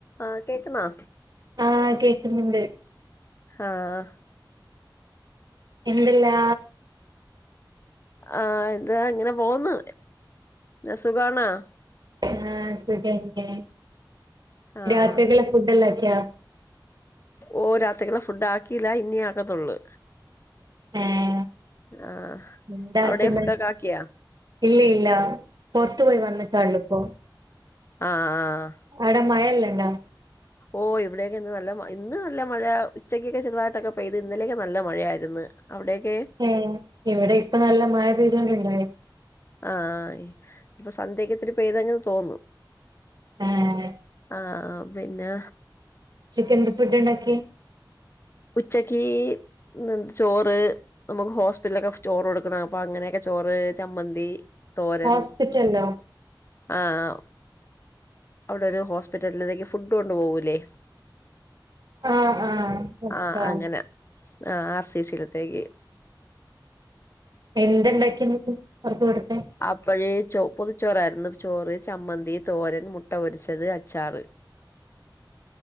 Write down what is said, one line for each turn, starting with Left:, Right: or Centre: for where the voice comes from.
Left: ആഹ് കേക്കുന്നോ
Right: ആഹ് കേക്കുന്നുണ്ട്
Left: ആഹ്
Right: എന്ത്ല്ലാ
Left: ആഹ് എന്താ അങ്ങനെ പോവ്ന്ന് സുഖവാണോ?
Right: ആഹ് സുഖന്നെ
Left: ആഹ്
Right: രാത്രിക്ക്ളെ ഫുഡ് എല്ലാം ആക്കിയൊ?
Left: ഓ രാത്രക്കല്ല ഫുഡ് ആക്കിയില്ല ഇനി ആക്കത്തൊള്ളൂ
Right: ഏഹ്
Left: ആഹ്
Right: എന്താക്കുന്നെ
Left: അവ്ടെ ഫുഡൊക്കെ ആക്കിയാ?
Right: ഇല്ല ഇല്ല പൊർത്തു പോയി വന്നട്ടാള്ളുപ്പോ.
Left: ആഹ് ആഹ്
Right: അടെ മഴല്ലണ്ടോ?
Left: ഓഹ് ഇവിടെയൊക്കെ ഇന്ന് നല്ല ഇന്ന് നല്ല മഴ ഉച്ചക്കൊക്കെ ചെറുതായിട്ടൊക്കെ പെയ്ത് ഇന്നലെയൊക്കെ നല്ല മഴയായിരുന്നു. അവിടെയൊക്കെ?
Right: ഏ ഇവിടെ ഇപ്പ നല്ല മഴ പെയ്തോണ്ടുണ്ടായി
Left: ആഹ് ഇപ്പൊ സന്ധ്യക്ക് ഇത്തിരി പെയ്തങ്ങങ് തോന്നുന്നു.
Right: ഏഹ്
Left: ആഹ് പിന്നെ,
Right: ഉച്ചെക്കെൻന്ത ഫുഡ് ഇണ്ടാക്കിയേ?
Left: ഉച്ചക്ക് ഇന്ന് ചോറ്, നമുക്ക് ഹോസ്പിറ്റലിലൊക്കെ ചോറ് കൊടുക്കണം അപ്പൊ അങ്ങനെയൊക്കെ ചോറ്, ചമ്മന്തി, തോരൻ
Right: ഹോസ്പിറ്റലിലോ
Left: ആഹ് ആഹ് അവിടെരു ഹോസ്പിറ്റലിലേക്ക് ഫുഡ് കൊണ്ട് പോവുലെ
Right: ആഹ് ആഹ് ഒക്കാ
Left: ആഹ് അങ്ങനെ ആഹ് ആർ സി സിയിലത്തേക്ക്
Right: എന്തണ്ടാക്കിയെന്നട്ട് അവർക്ക് കൊടുക്കാൻ
Left: അപ്പോഴേ ചോ പൊതിച്ചോറായിരുന്നു ചോറ്, ചമ്മന്തി, തോരൻ, മുട്ട പൊരിച്ചത് അച്ചാറ്